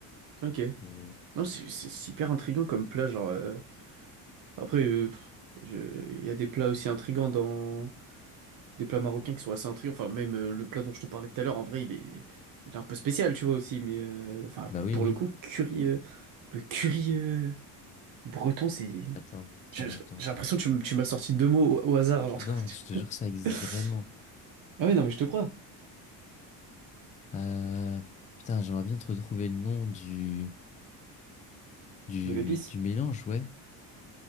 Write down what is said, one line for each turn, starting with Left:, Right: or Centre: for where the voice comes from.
Right: ok.
Left: Euh,
Right: Non, c'est c'est c'est hyper intriguant comme plat, genre. euh, Après, euh, pff, je- il y a des plats aussi intrigants dans. Des plats marocains qui sont assez intrigants. Enfin, même euh, le plat dont je te parlais tout à l'heure, en vrai, il est... il est un peu spécial, tu vois, aussi. Mais, euh, enfin,
Left: bah oui,
Right: pour
Left: oui.
Right: le coup, curry. euh, Le curry euh, breton, c'est.
Left: Attends, attends,
Right: J'ai
Left: attends.
Right: j'ai l'impression que tu, m- tu m'as sorti deux mots au, au hasard, genre.
Left: Non, je te jure que ça existe
Right: <laughs>
Left: vraiment.
Right: Ah oui, non, mais je te crois.
Left: Euh, putain, j'aimerais bien te retrouver le nom du, du,
Right: De l'épice.
Left: du mélange, ouais.